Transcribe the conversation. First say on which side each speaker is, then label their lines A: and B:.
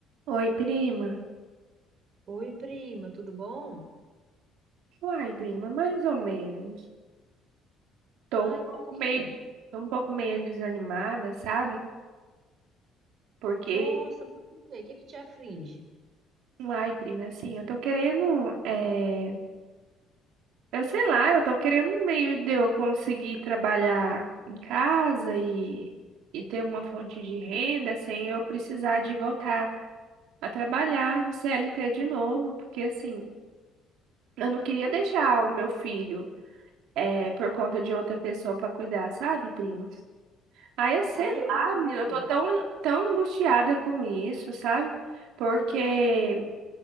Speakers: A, on the right (about 75°); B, on the right (about 40°).
A: Oi, prima.
B: Oi, prima, tudo bom?
A: Uai, prima, mais ou menos. Tô
B: Ai,
A: um pouco
B: por quê?
A: meio, tô um pouco meio desanimada, sabe? Porque,
B: Nossa, mas por quê? O que que te aflige?
A: uai, prima, assim, eu tô querendo, é... eu sei lá, eu tô querendo um meio de eu conseguir trabalhar em casa e, e ter uma fonte de renda sem eu precisar de voltar a trabalhar em CLT de novo, porque assim, eu não queria deixar o meu filho, é, por conta de outra pessoa pra cuidar, sabe, prima? Aí, é, sei
B: Ah, eu
A: lá,
B: entendo.
A: menina, eu tô tão, tão angustiada com isso, sabe? Porque